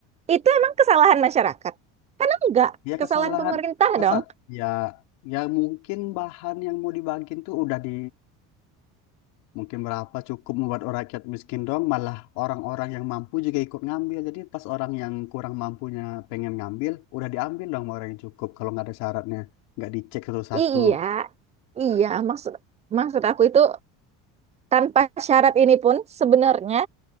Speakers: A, on the right; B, on the left.
A: Itu emang kesalahan masyarakat? Karena enggak,
B: ya
A: kesalahan
B: kesalahan
A: pemerintah
B: kesal
A: dong.
B: ya ya mungkin bahan yang mau dibagiin tuh udah di Mungkin berapa cukup membuat orang rakyat miskin doang, malah orang-orang yang mampu juga ikut ngambil. Jadi pas orang yang kurang mampunya pengen ngambil, udah diambil dong sama orang yang cukup kalau nggak ada syaratnya, nggak dicek satu-satu.
A: Iya, iya. Maksud maksud aku itu tanpa syarat ini pun sebenarnya